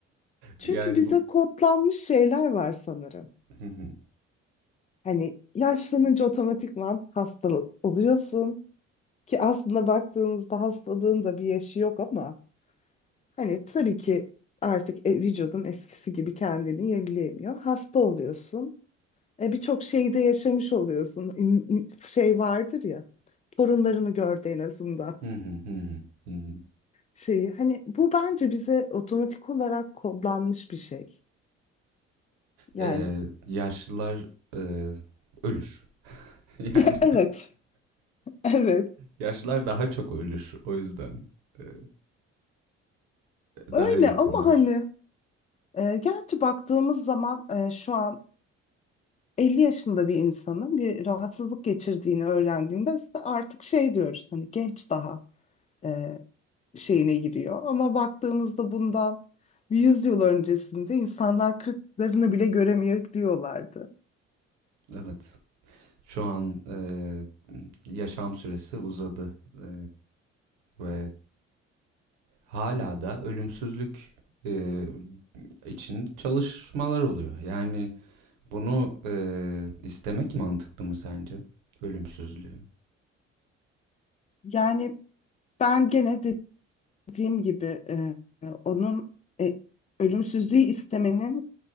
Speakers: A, on the left (about 20°); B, on the right (about 65°).
A: Çünkü
B: Yani
A: bize
B: bu
A: kodlanmış şeyler var sanırım.
B: Hı hı.
A: Hani yaşlanınca otomatikman hasta oluyorsun ki aslında baktığımızda hastalığın da bir yaşı yok ama hani tabii ki artık e, vücudun eskisi gibi kendini yenileyemiyor. Hasta oluyorsun. E, birçok şeyi de yaşamış oluyorsun. İn- in- şey vardır ya torunlarını gördü en azından
B: Hı hı, hı hı, hı hı.
A: şeyi. Hani bu bence bize otomatik olarak kodlanmış bir şey. Yani
B: Eee, yaşlılar eee, ölür. <laughs> Yani
A: <laughs> evet, evet.
B: yaşlılar daha çok ölür. O yüzden eee,
A: Öyle
B: daha yakındır.
A: ama hani E, gerçi baktığımız zaman e, şu an 50 yaşında bir insanın bir rahatsızlık geçirdiğini öğrendiğinde işte artık şey diyoruz hani genç daha e, şeyine giriyor. Ama baktığımızda bundan 100 yıl öncesinde insanlar kırklarını bile göremeyebiliyorlardı.
B: Evet. Şu an eee, yaşam süresi uzadı Eee, ve hala da ölümsüzlük eee, için çalışmalar oluyor. Yani Bunu eee, istemek mantıklı mı sence? Ölümsüzlüğü.
A: Yani ben gene dediğim gibi e, e, onun e, ölümsüzlüğü istemenin